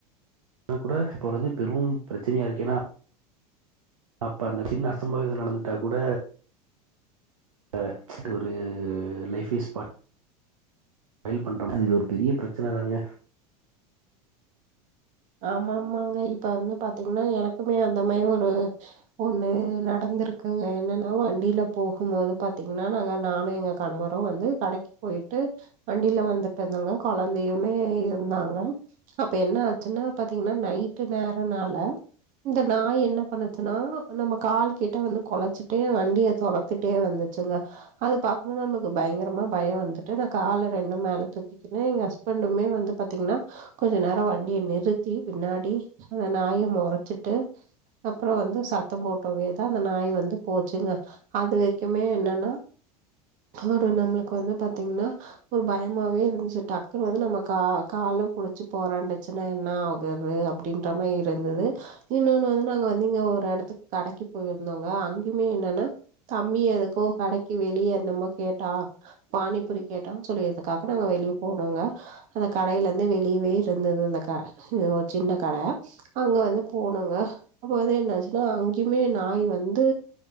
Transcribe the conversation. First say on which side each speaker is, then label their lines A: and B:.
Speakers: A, on the right; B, on the right.
A: கூட போறது பெரும் ப்ரெச்சனயா இருக்கு ஏன்னா அப்ப அந்த சின்ன அசம்பாவிதம் நடந்துட்டா கூட த இது ஒரு லைஃப்பே ஸ்பா யில் பண்ற மாரி அது ஒரு பெரிய ப்ரெச்சன தாங்க
B: ஆமா ஆமாங்க இப்ப வந்து பாத்தீங்ன்னா எனக்குமே அந்த மாரி ஒரு ஒண்ணு நடந் ந்துருக்குங்க என்னன்னா வண்டில போகும்மோது பாத்தீங்கன்னா நாங்க நானு எங்க கணவரு வந்து கடைக் போய் போய்ட்டு வண்டில வந்துட்டுருந்தங்க கொழந்தையுமே இருந்தாங்க அப்ப என்ன ஆ ச்சின்னா பாத்தீங்கன்னா நைட்டு நேரனால இந்த நாய் என்ன பண்ணச்சுனா நம்ம கால் கிட்ட வந்து கொலச்சுட்டே வண்டிய தொரத்திட்டே வந்து வெச்சுங்க அது பாக்கும் போது நமக்கு பயங்கரமா பயோ வந்துட்டு நா கால ரெண்டு மேல தூக்கிகினு எங் ஹஸ் பண்டுமே வந்து பாத்தீங்ன்னா கொஞ்ச நேரோ வண் டிய நிறுத்தி பின்னாடி அந்த நாய மொறச்சிட்டு அப்புறோ வந்து சத்தம் போட்டவே தா அந்த நாய் வந்து போச்சுங்க அது வெரிக்குமே என்னன்னா ஒரு நம்ளுக்கு வந்து பாத்தீங்ன்னா ஒர் பயமாவே இருந்ச்சு டக்குனு வந்து நம்ம கா கா கால் புடிச்சு பொறாண்டு ப்ரெச்சனா என்ன ஆகுது அப்டின்ற மாரி இருந்தது இன்னொன்னு வந் நாங்க வந்து இங்க ஒர் எடத்துக் கடைக்கி போயிருந்தோங்க அங்கயுமே என்னன்னா தம்பி எதுக்கோ கடைக்கி வெளியே என்னமோ கேட்டா பானிபுரி கேட்டான் சொல்லிய இதுக்காக நாங்க வெளியே போனுங்க அந்த கடையிலெந்து வெளகவே இருந்தது அந்த க ஒர் சின்ன கட அங்க வந்து போனுங்க அப்ப வந்து என்னச்சுன்னா அங்க்யுமே நா நாய் வந்து